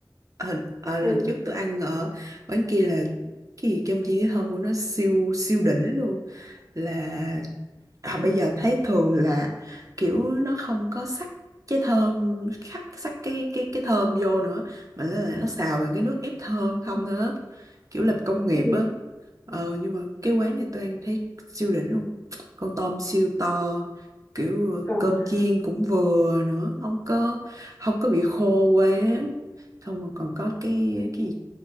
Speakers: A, on the right; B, on the left.
A: Hình ờ, lần
B: Hay-
A: trước tôi ăn ở quán kia là cái gì cơm chiên với thơm của nó siêu siêu đỉnh luôn là à, bây giờ thấy thường là kiểu nó không có sắc cái thơm khắc sắc cái cái cái thơm vô nữa mà là nó xào bằng cái nước ép thơm không thôi á. kiểu làm công nghiệp
B: ừ.
A: á ờ nhưng mà cái quán này tôi ăn thấy siêu đỉnh luôn con tôm siêu to kiểu ờ,
B: còn
A: cơm chiên cũng vừa nữa không có không có bị khô quá xong rồi còn có cái cái gì?